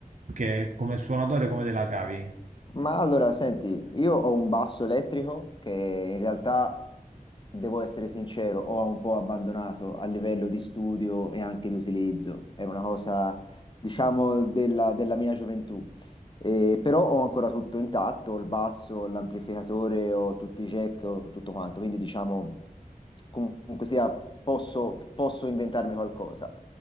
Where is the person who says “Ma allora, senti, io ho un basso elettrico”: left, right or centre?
Left